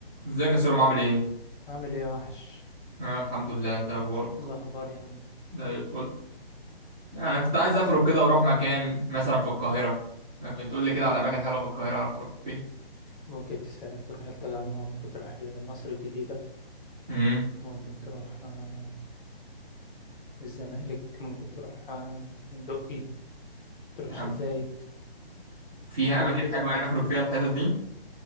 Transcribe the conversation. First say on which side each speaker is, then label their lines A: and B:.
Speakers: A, in the centre; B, on the left.
A: ازيك يا سوري عامل ايه؟
B: عامل ايه يا وحش
A: انا الحمد لله انت ايه اخبارك
B: إيه الاخبار يا عم
A: زي الفل انا كنت عايز اخرج كده واروح مكان مثلا في القاهرة ما بتقول لي كده على اماكن حلوة في القاهرة اخرج فيها
B: ممكن تس- تروح التجمع ممكن تروح مصر الجديدة
A: امم
B: ممكن تروح آه، الزمالك ممكن تروح آه، الدقي تروح
A: تحب
B: الشيخ زايد
A: فيها
B: كل
A: اماكن
B: ده
A: حلوة
B: اماكن
A: يعني اخرج فيها الحتت دي